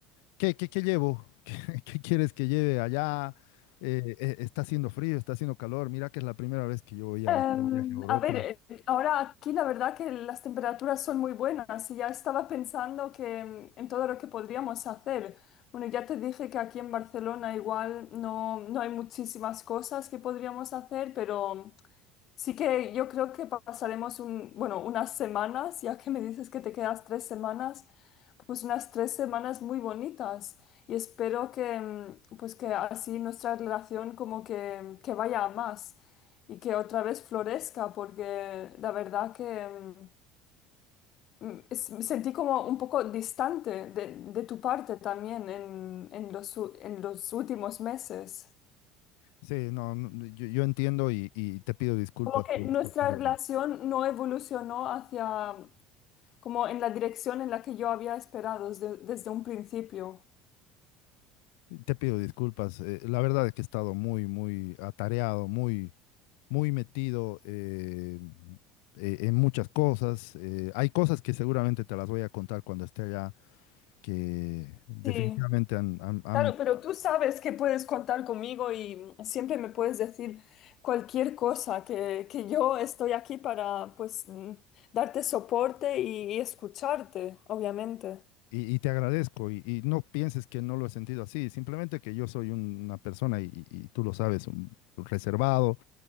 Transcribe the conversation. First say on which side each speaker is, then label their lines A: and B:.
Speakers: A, on the left; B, on the left.
A: ¿Qué, qué, qué llevo? <laughs> ¿Qué, qué quieres que lleve allá? Eh, eh, está haciendo frío, está haciendo calor. Mira que es la primera vez que yo voy a
B: Em,
A: un viaje a Europa.
B: a ver, eh, ahora aquí la verdad que las temperaturas son muy buenas y ya estaba pensando que em, en todo lo que podríamos hacer. Bueno, ya te dije que aquí en Barcelona igual no, no hay muchísimas cosas que podríamos hacer, pero Sí que yo creo que pasaremos un, bueno, unas semanas, ya que me dices que te quedas tres semanas, pues unas tres semanas muy bonitas y espero que, mm, pues que así nuestra relación como que, que vaya a más y que otra vez florezca, porque la verdad que mm, mm, es- me sentí como un poco distante de, de tu parte también en, en los, u- en los últimos meses.
A: Sí, no, no, no, yo, yo entiendo y, y te pido disculpas
B: Como que
A: por
B: nuestra
A: esto, pero
B: relación no evolucionó hacia como en la dirección en la que yo había esperado desde, desde un principio.
A: te pido disculpas. Eh, la verdad es que he estado muy, muy atareado, muy, muy metido eh, eh, en muchas cosas. Eh, hay cosas que seguramente te las voy a contar cuando esté allá, que definitivamente
B: Sí,
A: han, han, han
B: claro, pero tú sabes que puedes contar conmigo y siempre me puedes decir cualquier cosa, que, que yo estoy aquí para, pues, mm, darte soporte y, y escucharte, obviamente.
A: Y, y te agradezco y, y no pienses que no lo he sentido así, simplemente que yo soy un- una persona y, y- y tú lo sabes, un- reservado,